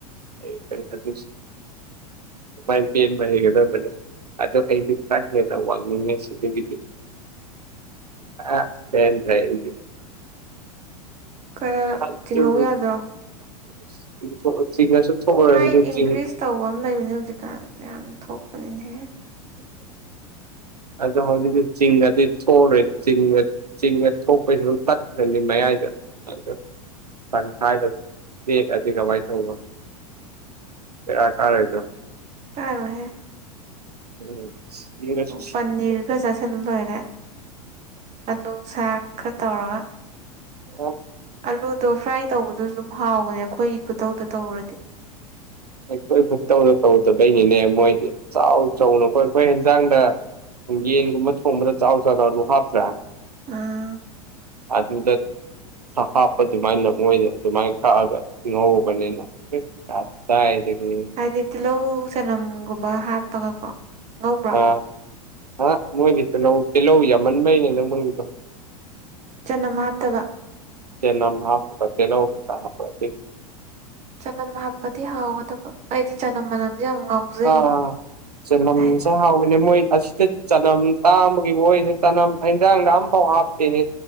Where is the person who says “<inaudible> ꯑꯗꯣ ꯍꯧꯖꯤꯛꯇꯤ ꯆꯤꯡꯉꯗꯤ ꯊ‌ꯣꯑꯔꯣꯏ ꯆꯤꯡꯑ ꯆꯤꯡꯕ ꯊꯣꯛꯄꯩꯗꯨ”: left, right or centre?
Right